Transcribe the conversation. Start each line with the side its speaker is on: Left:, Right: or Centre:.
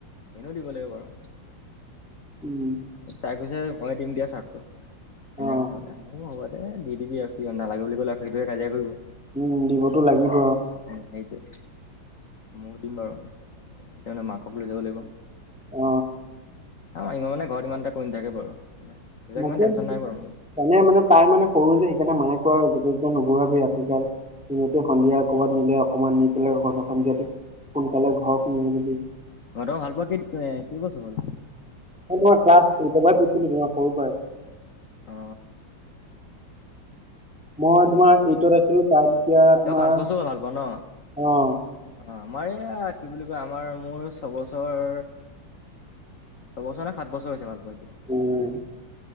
Left: এনেও দিব লাগিব বাৰু।
Centre: উম।
Left: তাই কৈছে মই‌ দিম দিয়া চাৰ্টটো। এনে
Centre: অঁ
Left: কৈছে মানে, মই বোলো হ'ব দে দি দিবি আৰু কিয় নালাগে বুলি ক'লে আৰু সেইটোৱে কাজিয়া কৰিব।
Centre: উম দিবতো লাগিব।
Left: সেইটোৱে, ময়ো দিম বাৰু, সেইকাৰণে মাকক লৈ যাব লাগিব।
Centre: অ।
Left: আমাৰ ইমান মানে ঘৰত ইমান এটা কৈ নথাকে বাৰু। সেইবিলাক
Centre: মোকো।
Left: ইমান টেনচন নাই বাৰু মোৰ।
Centre: এনে মানে তাই মানে সৰু যে সেইকাৰণে মায়ে কই আৰু য'তে ততে নুঘুৰাবি ৰাতি কাল। <unintelligible> সন্ধিয়া ক'ৰবাত নিলে অকমান নি পেলাই ঘৰ সন্ধিয়াটো সোনকালে ঘৰ সুমাই দিবি।
Left: তহঁতৰ ভাল পোৱা কি কেইবছৰ হ'ল?
Centre: তোমাৰ ক্লাছ <unintelligible>
Left: অ।
Centre: মই তোমাৰ এইটত আছিলো, তাই তেতিয়া তোমাৰ
Left: তই পাঁচ বছৰ হ'ল ভাল পোৱা ন'
Centre: অ।
Left: অ, আমাৰ এইয়া কি বুলি কয়, আমাৰ মোৰ ছবছৰ ছবছৰ নে সাত বছৰ হৈছে ভাল পোৱা এতিয়া।
Centre: উম,